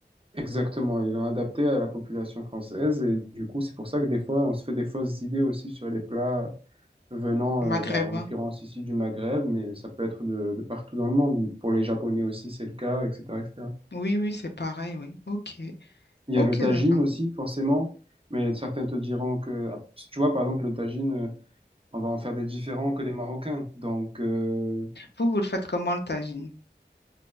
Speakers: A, on the right; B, on the left.
A: exactement, ils l'ont adapté à la population française et du coup, c'est pour ça que des fois, on se fait des fausses idées aussi sur les plats venant, euh,
B: Maghrébin.
A: ben, en l'occurrence ici du Maghreb, mais ça peut être de, de partout dans le monde. Pour les Japonais aussi, c'est le cas, etc., etc.
B: Oui, oui, c'est pareil, oui. Ok,
A: Il
B: ok,
A: y a le tagine
B: d'accord.
A: aussi, forcément, mais certains te diront que, ah, parce que tu vois, par exemple, le tagine, euh, on va en faire des différents que les Marocains. Donc, euh,
B: Vous, vous le faites comment, le tagine?